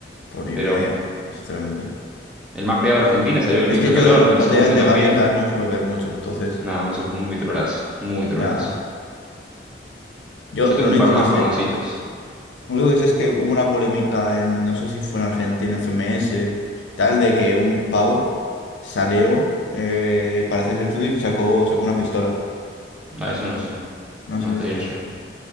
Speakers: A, on the left; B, in the centre.
A: Por ni,
B: Pero
A: ni idea, sinceramente.
B: el más pegado de Argentina salió del
A: Es
B: quinto
A: que
B: escalón,
A: yo de batallas
B: el segundo
A: de
B: también.
A: gallo y tal no suelo ver muchas, entonces,
B: No, eso es muy trolazo, muy trolazo.
A: nada. Yo
B: Yo tengo
A: lo único
B: un par más
A: que sé
B: famositos.
A: Lo único que sé es que hubo una polémica en, no sé si fue en Argentina, FMS, tal, de que un pavo salió eh, para hacerse el chulo y sacó, sacó una pistola.
B: Ah, eso no sé.
A: No
B: No,
A: sé
B: hasta
A: si
B: ahí
A: está.
B: no llego.